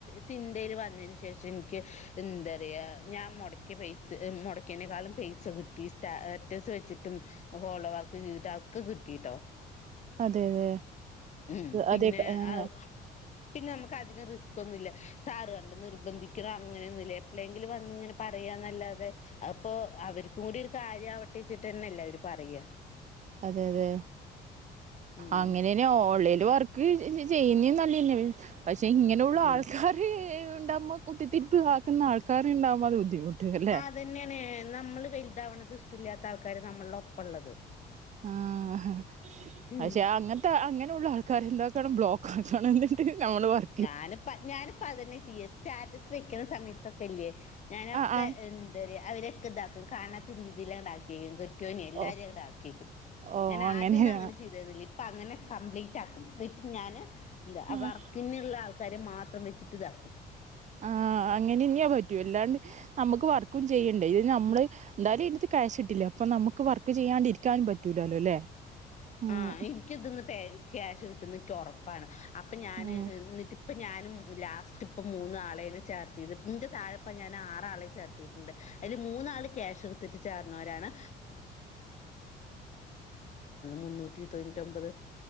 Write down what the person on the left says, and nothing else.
സിന്തയിൽ വന്നതിനന് ശേഷം എനിക്ക് എന്താ റയാ ഞാൻ മുടകിയ പൈസ മുടക്കേനക്കാളും പൈസ കിട്ടി സ്റ്റാറ്റസ് വെച്ചിട്ടും ഫോളോ വർക്ക് ചെയ് ഒക്കക്ക് കിട്ടിട്ടോ.....
ഉം പിന്നെ
അ.. പിന്നെ നമുക്ക് അധികം റിസ്ക് ഒന്നുംമല്ല സാറ് കണ്ട നിർബന്ധിക്കണോ അങ്ങനെയൊന്നുമ ഇല്ല എപ്പോഴെങ്കിലും വന്നിങ്ങന..... പറയന്നല്ലാതെ അപ്പൊ അവർക്കും കൂടി ഒരു കാര്യം ആവട്ടച്ചിട്ട് തന്നെയല്ലേ അവര് പറയ
ഉം
ഉം
അത്തന്നെയാണ്നമ്മള് വലുതാവണത് ഇഷ്ടമില്ലാത്ത ആൾക്കാര് നമ്മളുടെ ഒപ്പം ഉള്ളത്.....
ഉം
ഞാനിപ്പ ഞാനിപ്പ അതന്നെ ചെയ്യ സ്റ്റാറ്റസ് വെക്കുന്ന സമയത്തൊക്കെല്ലേ. ഞാനൊക്കെ
എന്താ റയാ അവരൊക്കെ ഇതാക്കും കാണാത്ത രീതിയിലണ്ടാക്ക...... ട്ട എല്ലാരരുംടെ
ആക്കിക്കും
ഞാൻദ്യം
അ..... ഇ പ്പാഅങ്ങനെ കപ്ലീറ്റ് ആക്കും എന്നിട്ട് ഞാന് എന്താ
പിന്നെയള്ള ആൾക്കാരെ മാത്രം വെച്ചിട്ട് ഇതാ......
ആഹ എനിിക്കിതിന്ന് പ ക്യാഷ് കിട്ടുന്ന ഉറപ്പാണ് അപ്പൊ ഞാൻ
എന്നിട്ട്..... ഇപ്പൊ ഞാനും ലാസ്റ്റ് ഇപ്പ മൂന്നാ ആളേെൺ ചേർത്തിയത് ന്റെ തായപ്പം ഞാൻ ആറലിം ചേർത്തിട്ടുണ്ട് ആററലിപ്പം അതില് മൂന്നാള് ക്യാഷ് എടുത്തിട്ട് ചേർന്നവരാണ്..... മുന്നൂറ്റി തൊണ്ണൂറ്റി ഒമ്പത്